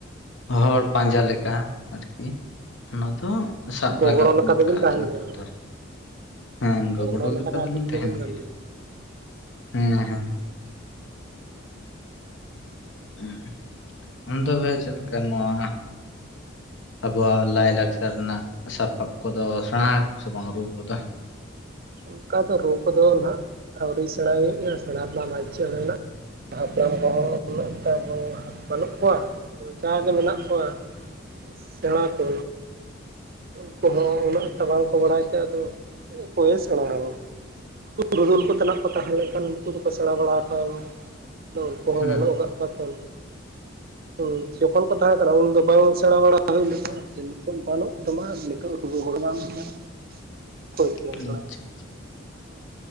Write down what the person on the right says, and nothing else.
ᱜᱚᱜᱽᱲᱚ
ᱞᱮᱠᱟ
ᱫᱚᱵᱤᱱ
ᱛᱟᱦᱮᱱ
ᱜᱮᱭᱟ
ᱵᱟᱝ?
ᱜᱚᱜᱽᱲᱚ
ᱫᱚ ᱟᱯᱮ
ᱠᱚᱫᱚᱵᱤᱱ
ᱜᱟᱱ
ᱚᱱᱠᱟ ᱫᱚ ᱨᱩ ᱠᱚᱫᱚ ᱦᱟᱸᱜ ᱟᱹᱣᱨᱤ ᱥᱮᱬᱟᱭ ᱦᱩᱭᱩᱜ-ᱟ ᱥᱮᱬᱟ ᱨᱮᱱᱟᱜ ᱢᱟ ᱤᱪᱪᱷᱟᱹ ᱢᱮᱱᱟᱜ ᱦᱟᱯᱲᱟᱢ ᱠᱚᱦᱚᱸ ᱩᱱᱟᱹᱜ ᱴᱟ ᱵᱟᱹᱱᱩᱜ ᱠᱚᱣᱟ ᱡᱟᱜᱮ ᱢᱮᱱᱟᱜ ᱠᱚᱣᱟ ᱤᱥ ᱥᱮᱬᱟ ᱠᱚ ᱩᱱᱠᱩ ᱦᱚᱸ ᱩᱱᱟᱹᱜ ᱮᱠᱴᱟ ᱵᱟᱝᱠᱚ ᱵᱟᱲᱟᱭ ᱛᱮ ᱟᱫᱚ ᱚᱠᱚᱭ ᱮ ᱥᱮᱬᱟ ᱟᱵᱚᱣᱟ ᱯᱩᱨᱩᱫᱩᱞ ᱠᱚ ᱛᱮᱱᱟᱜ ᱠᱚ ᱛᱟᱦᱮᱸ ᱞᱮᱱᱠᱷᱟᱱ ᱩᱱᱠᱩ ᱫᱚᱠᱚ ᱥᱮᱬᱟ ᱵᱟᱲᱟ ᱟᱠᱟᱣᱱᱟ ᱩᱱᱠᱩ ᱦᱚᱸ
ᱵᱟᱹᱱᱩᱜ ᱟᱠᱟᱫ ᱠᱚᱣᱟ ᱛᱚ
ᱦᱮᱸ ᱡᱚᱠᱷᱚᱱ ᱠᱚ ᱛᱟᱦᱮᱸ ᱠᱟᱱᱟ ᱩᱱᱫᱚ ᱵᱟᱝ ᱥᱮᱬᱟ ᱵᱟᱲᱟ ᱦᱩᱭ ᱞᱮᱱᱟ ᱥᱮ ᱱᱤᱛᱚᱜ ᱵᱟᱹᱱᱩᱜ ᱠᱚᱢᱟ ᱱᱤᱛᱚᱜ ᱩ ᱦᱚᱲᱩ ᱵᱟᱢ ᱤᱭᱟᱹ
ᱚᱠᱚᱭ ᱴᱷᱮᱱ ᱮᱢ ᱥᱮᱬᱟᱭᱟ